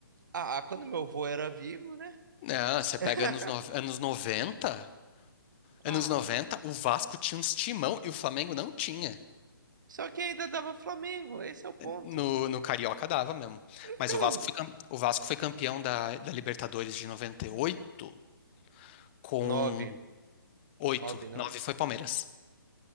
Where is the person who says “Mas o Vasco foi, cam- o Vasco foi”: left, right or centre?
Left